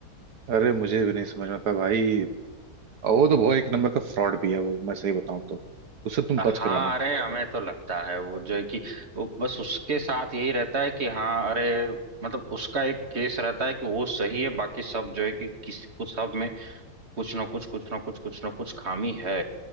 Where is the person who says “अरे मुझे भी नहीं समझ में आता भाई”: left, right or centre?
Right